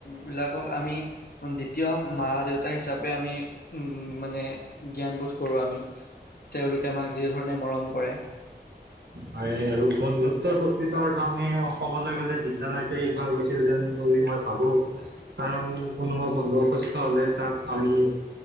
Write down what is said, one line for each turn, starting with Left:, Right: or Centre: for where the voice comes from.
Left: বিলাকক আমি- দ্বিতীয় মা দেউতা হিচাপে আমি উম মানে জ্ঞানবোধ কৰো আমি। তেওঁলোকে আমাক যি ধৰণে মৰম কৰে।
Right: হয়, আৰু বন্ধুত্বৰ প্ৰকৃত অৰ্থ আমি কবলে গলে বিদ্যালয়তে শিকোৱা গৈছি- ছিলে বুলি মই ভাবো, কাৰণ কোনোবা বন্ধু অসুস্থ হলে তাক আমি-